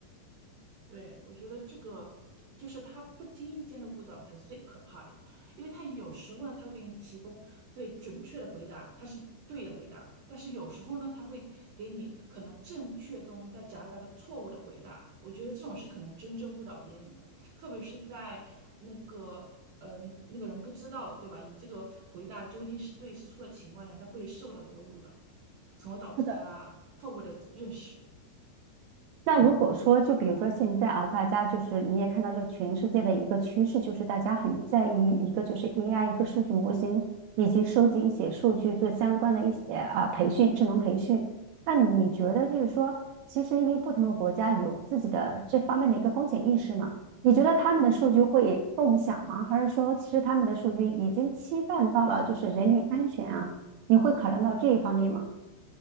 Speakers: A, on the right (about 60°); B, on the right (about 80°).
A: 对，我觉得这个就是他不经意间的误导才是最可怕的，因为他有时候呢，他会给你提供对准确的回答，他是对的回答，但是有时候呢，他会给你可能正确中带夹杂着错误的回答。我觉得这种是可能真正误导别人的，特别是在那个嗯那个人不知道对吧，你这个回答究竟是对是错的情况下，他会受到这个误导，从而导致他错误的认识。
B: 是的。那如果说，就比如说现在啊，大家就是你也看到，这个全世界的一个趋势，就是大家很在意一个就是 AI 一个数据模型，以及收集一些数据做相关的一些啊培训，智能培训。那你觉得就是说，其实因为不同的国家有自己的这方面的一个风险意识嘛？你觉得他们的数据会共享吗？还是说，其实他们的数据已经侵犯到了就是人民安全啊？你会考量到这一方面吗？